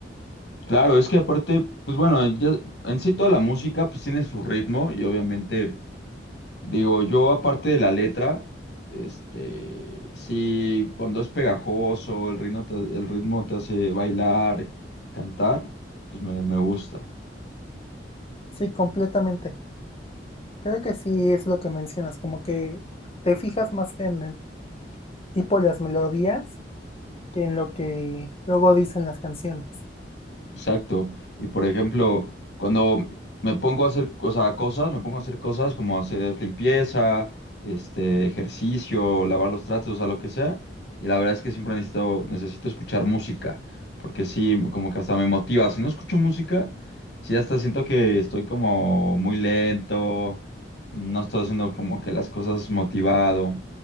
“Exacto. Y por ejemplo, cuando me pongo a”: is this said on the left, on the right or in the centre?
Left